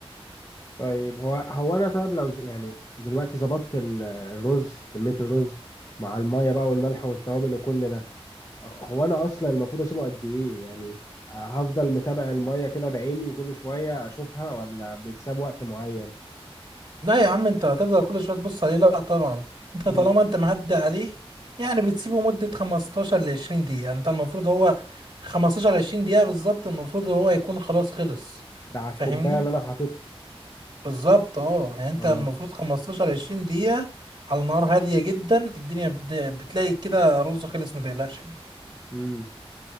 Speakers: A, on the left (about 35°); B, on the right (about 45°).
A: طيب هو هو انا طيب لو ز- يعني دلوقتي ظبطت ال- الرز كمية الرز مع المية بقى والملح والتوابل وكل ده هو انا اصلا المفروض اسيبه قد ايه يعني هفضل متابع المية كده بعيني كل شوية اشوفها ولا بيتساب وقت معين
B: لا يا عم انت هتفضل كل شويه تبص عليه لا طبعا انت
A: مم.
B: طالما انت معدي عليه يعني بتسيبه مده 15 ل 20 دقيقه يعني انت المفروض هو 15 20 دقيقه بالظبط المفروض هو يكون خلاص خلص
A: ده على الكوباية
B: فاهمني
A: اللي انا حاططها
B: بالظبط اه يعني انت
A: اه
B: المفروض 15 20 دقيقه على نار هاديه جدا الدنيا بت- بتلاقي كده رز خلص ما تقلقش منه
A: امم